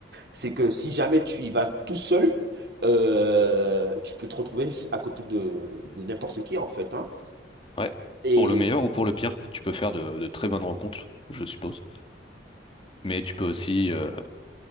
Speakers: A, on the right; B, on the left.
A: c'est que si jamais tu y vas tout seul, euh, tu peux te retrouver à côté de, de n'importe qui en fait, hein?
B: Ouais.
A: Et
B: Pour le meilleur ou pour le pire, tu peux faire de, de très bonnes rencontres, je suppose. Mais tu peux aussi euh,